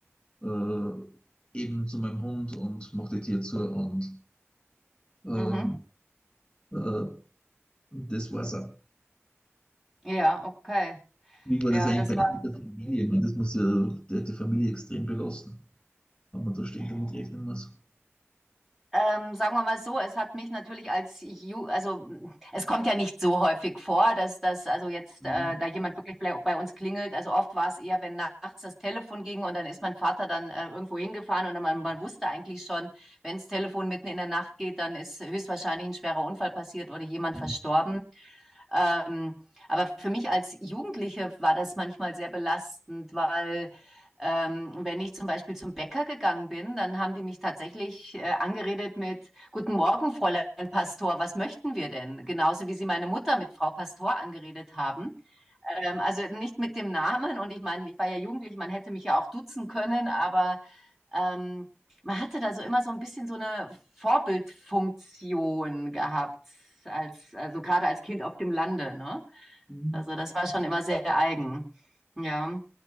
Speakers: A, on the left; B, in the centre.
A: äh, eben zu meinem Hund und mache die Tür zu und ähm,
B: Mhm.
A: äh, das war's auch.
B: Ja, okay.
A: Wie war
B: Ja,
A: das eigentlich
B: das
A: bei euch mit der Familie? Ich meine, das muss ja der hat die Familie extrem belasten, wenn man da ständig damit rechnen muss.
B: Ähm, sagen wir mal so, es hat mich natürlich als Ju also es kommt ja nicht so häufig vor, dass das also jetzt
A: Mhm.
B: äh, da jemand wirklich bei, bei uns klingelt. Also oft war es eher, wenn nachts das Telefon ging und dann ist mein Vater dann äh, irgendwo hingefahren und dann, man, man wusste eigentlich schon, wenn das Telefon mitten in der Nacht geht, dann ist höchstwahrscheinlich ein schwerer Unfall passiert oder jemand
A: Mhm.
B: verstorben. Ähm, aber für mich als Jugendliche war das manchmal sehr belastend, weil ähm, wenn ich zum Beispiel zum Bäcker gegangen bin, dann haben die mich tatsächlich äh, angeredet mit Guten Morgen, Fräulein Pastor, was möchten wir denn? Genauso wie sie meine Mutter mit Frau Pastor angeredet haben. Ähm, also nicht mit dem Namen. Und ich meine, ich war ja jugendlich, man hätte mich ja auch duzen können, aber ähm, man hatte da so immer so ein bisschen so eine Vorbildfunktion gehabt, als, also gerade als Kind auf dem Lande, ne?
A: Mhm.
B: Also das war schon immer sehr eigen. Ja.